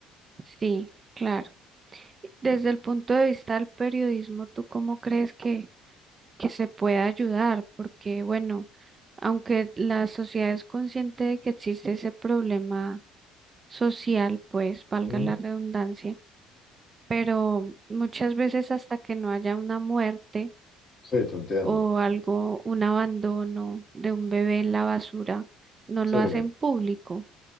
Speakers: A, on the right (about 35°); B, on the left (about 40°).
A: sí, claro. Desde el punto de vista del periodismo, ¿tú cómo crees que, que se puede ayudar? Porque, bueno, aunque la sociedad es consciente de que existe ese problema social, pues valga
B: Mm,
A: la redundancia, pero muchas veces hasta que no haya una muerte
B: Sí, te entiendo.
A: o algo, un abandono de un bebé en la basura, no
B: Sí.
A: lo hacen público.